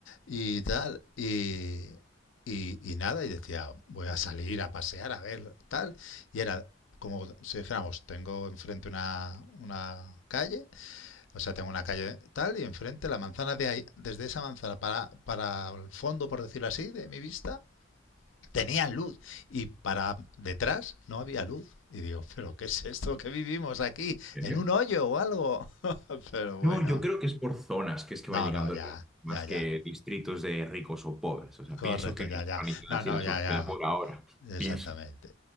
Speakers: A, on the left; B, in the centre.
A: y tal. Y, y, y nada, y decía, voy a salir a pasear, a ver, tal. Y era como si dijéramos, tengo enfrente una, una calle, o sea, tengo una calle tal, y enfrente la manzana de ahí, desde esa manzana para, para el fondo, por decirlo así, de mi vista, tenían luz y para detrás no había luz. Y digo, pero ¿qué es esto que vivimos aquí?
B: ¿En
A: ¿En
B: serio?
A: un hoyo o algo? <laughs> pero bueno.
B: No, yo creo que es por zonas que es que
A: No,
B: va llegando
A: no, ya,
B: más
A: ya,
B: que
A: ya.
B: distritos de ricos o pobres. O sea,
A: Correcto,
B: pienso que
A: ya,
B: no está
A: ya.
B: organizada
A: No,
B: así
A: no,
B: la
A: ya,
B: sociedad
A: ya.
B: por ahora. Pienso.
A: Exactamente.